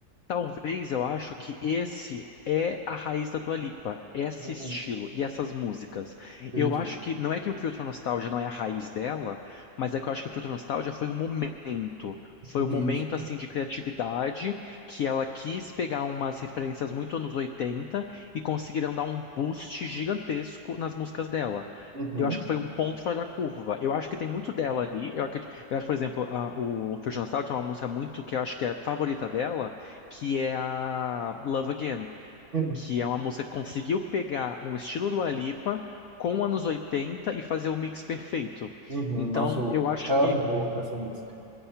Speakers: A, on the left (about 75°); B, on the right (about 40°).
A: Talvez eu acho que esse é a raiz da Dua Lipa, esse
B: Uhum.
A: estilo e essas músicas.
B: Entendi.
A: Eu acho que não é que o Filtro Nostalgia não é a raiz dela, mas é que eu acho que o Filtro Nostalgia foi um momento, foi
B: Entendi.
A: um momento assim de criatividade que ela quis pegar umas referências muito anos 80 e conseguiram dar um boost gigantesco nas músicas dela.
B: Uhum.
A: Eu acho que foi um ponto fora da curva. Eu acho que tem muito dela ali. Eu, acredito, eu acho, por exemplo, a, o Filtro Nostalgia é uma música muito que eu acho que é a favorita dela que é a Love Again,
B: Uhum.
A: que é uma música que conseguiu pegar um estilo do Alipa com anos 80 e fazer um mix perfeito.
B: Uhum.
A: Então,
B: Nossa, eu
A: eu acho
B: amo
A: que
B: essa música.